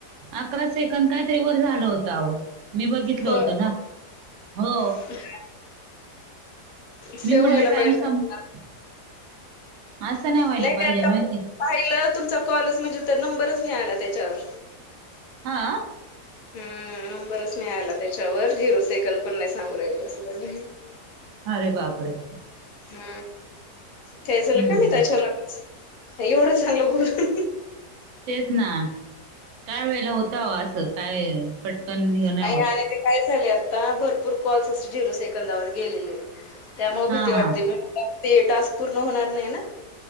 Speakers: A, on the right; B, on the left.
A: अकरा सेकंद काहीतरी वर झालं होत आहो मी बघितलं
B: होय
A: होतं ना हो
B: <unintelligible> सेव्ह
A: मी म्हटलं
B: व्हायला
A: टाइम
B: पाहिजे
A: संप
B: होत आत्ता
A: असं व्हायला
B: नाही,
A: पाहिजे
B: नाही आता
A: माहिती
B: पाहिलं तुमचा कॉलच म्हणजे ते नंबरच नाही आला त्याच्यावर
A: हा आ
B: हम्म नंबरच नाही आला त्याच्यावर झिरो सेकंद पण नाही सांगू राहिल अस झालं
A: अरे बापरे!
B: हा काय
A: हम्म
B: झालं काय माहिती अचानक एवढं चांगलं बोलुन
A: तेच ना काय वेळेला होतओ असं काय पटकन हे
B: नाही
A: होत
B: आणि ते काय झालय आता भरपूर कॉल्स अस झिरो सेकंदावर गेलेले त्यामुळे
A: हा
B: भीती वाटती
A: हा
B: ते टास्क पूर्ण होणार नाही ना